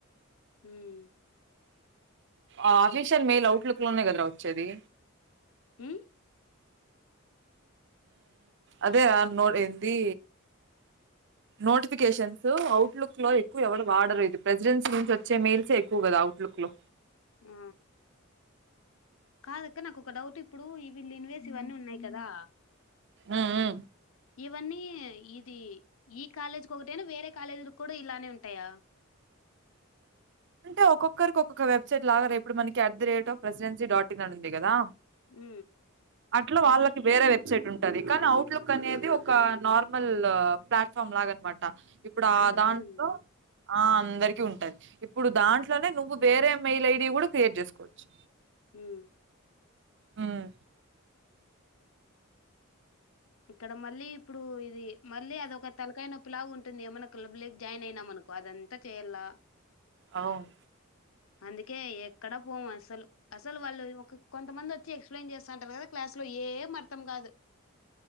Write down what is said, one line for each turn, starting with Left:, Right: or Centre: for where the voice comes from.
Left: హ్మ్
Right: ఆ ఆఫీషియల్ మెయిల్ అవుట్లుక్ లోనే కదరా వచ్చేది
Left: హ
Right: అదే న ఏంది నోటిఫికేషన్స్ అవుట్లుక్ లో ఎక్కువ ఎవరు వాడరు ఇది ప్రెసిడెన్సీ నుంచి వచ్చే మెయిల్సే ఎక్కువ కదా అవుట్లుక్ లో
Left: ఆ కాదుక్క నాకు ఒక డౌట్ ఇప్పుడు ఈ వీళ్ళన్వేసి ఇవన్నీ ఉన్నాయి కదా
Right: ఆ ఆ
Left: ఇవన్నీ ఇది ఈ కాలేజీకి ఒకటైనా వేరే కాలేజీ కూడా ఇలానే ఉంటాయా
Right: అంటే ఒక్కొక్కరికి ఒక్కొక్క వెబ్సైట్ లాగా ర ఇప్పుడు మనకి at the rate of Presidency dot in అ ఉంది కదా
Left: హ
Right: అట్లా వాళ్ళకి వేరే వెబ్సైట్ ఉంటది కానీ అఔట్లుక్ అనేది ఒక నార్మల్ ప్లాట్ఫామ్ లాగా అనమాట ట ఇప్పుడు ఆ
Left: అందరికీ
Right: దాంట్లో
Left: ఉంది
Right: ఆ అందరికి ఉంటది ఇప్పుడు దాంట్లోనే నువ్వు వేరే మెయిల్ ఐడి కూడా క్రియేట్ చేసుకోవచ్చు
Left: హా
Right: హోమ్
Left: ఇక్కడ మళ్ళీ ఇప్పుడు ఇది మళ్ళీ అదొక తలకాయ నొప్పి లాగా ఉంటుంది ఏమన్నా క్లబ్ జాయిన్ అయినా మనకు అదంతా చెయలా
Right: అవును
Left: అందుకే ఎక్కడా పోం అసలు అసలు వాళ్ళు ఒక కొంతమంది వచ్చి ఎక్స్ప్లెయిన్ చేస్ సెంటరు కదా క్లాస్ లో ఏం అర్థం కాదు